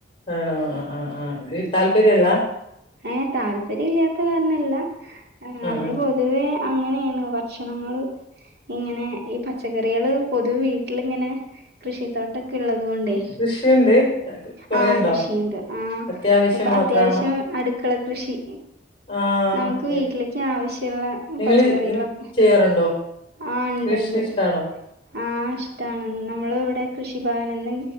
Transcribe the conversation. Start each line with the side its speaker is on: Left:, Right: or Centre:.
Left: ആണോ ആഹ് ആഹ് ആഹ് അത് താല്പര്യം ഇല്ലാ?
Right: ഏഹ് താല്പര്യം ഇല്ലാത്ത കാരണല്ല ഏഹ്
Left: ആഹ്
Right: നമ്മള്
Left: ആഹ്
Right: പൊതുവേ അങ്ങനെ ണ് ഭക്ഷണങ്ങള് ഇങ്ങനെ ഈ പച്ചക്കറികള് പൊതുവ വീട്ടിലിങ്ങനെ കൃഷിത്തോട്ടമൊക്കെ ഉള്ളത് കൊണ്ടേ.
Left: കൃഷിയുണ്ട് കൊറേയുണ്ടോ?
Right: ആഹ് കൃഷിയുണ്ട് ആഹ്
Left: അത്യാവശ്യം
Right: ഇപ്പം
Left: മാത്രാണോ
Right: അത്യാവശ്യം അടുക്കള കൃഷി.
Left: ആഹ്
Right: നമുക്ക് വീട്ടില് ക്ക്‌ ആവശ്യള്ള
Left: നിങ്ങള്
Right: പച്ചക്കറികളും
Left: ചെയ്യാറുണ്ടോ
Right: ആഹ് ഇണ്ട്ണ്ട്
Left: കൃഷി ഇഷ്ടാണോ
Right: ആഹ് ഇഷ്ടാണ് നമ്മൾ ഇവിടെ കൃഷി കൃഷിഭവൻന്ന്